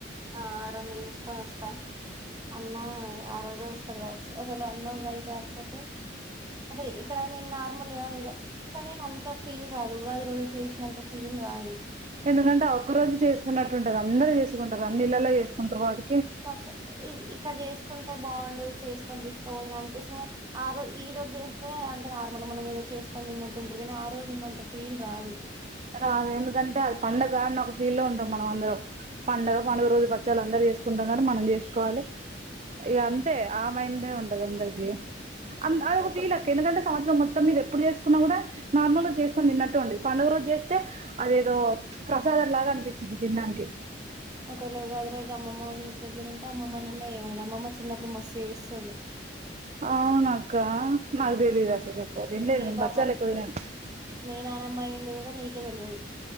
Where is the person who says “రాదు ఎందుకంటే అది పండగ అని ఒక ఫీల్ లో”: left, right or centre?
Right